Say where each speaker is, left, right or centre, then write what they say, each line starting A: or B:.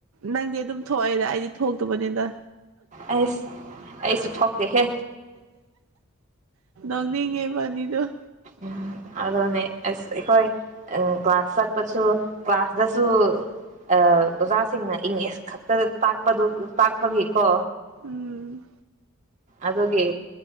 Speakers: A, on the right; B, on the right.
A: ꯅꯪꯗꯤ ꯑꯗꯨꯝ ꯊꯣꯛꯑꯦꯗ ꯑꯩꯗꯤ ꯊꯣꯛꯇꯕꯅꯤꯗ
B: ꯑꯩꯁ ꯑꯩꯁꯨ ꯊꯣꯛꯇꯦꯍꯦ
A: ꯃꯥꯡꯅꯤꯒꯦ ꯄꯅꯤꯗ
B: ꯎꯝ ꯑꯗꯅꯦꯁ ꯑꯩꯈꯣꯏ ꯎ ꯀ꯭ꯂꯥꯁ ꯆꯠꯄꯁꯨ ꯀ꯭ꯂꯥꯁꯇꯁꯨ ꯑꯣꯖꯥꯁꯤꯡꯅ ꯏꯪꯂꯤꯁ ꯈꯛꯇꯗ ꯇꯥꯛꯄꯗꯨ ꯇꯥꯛꯄꯒꯤꯀꯣ
A: ꯎꯝ
B: ꯑꯗꯨꯒꯤ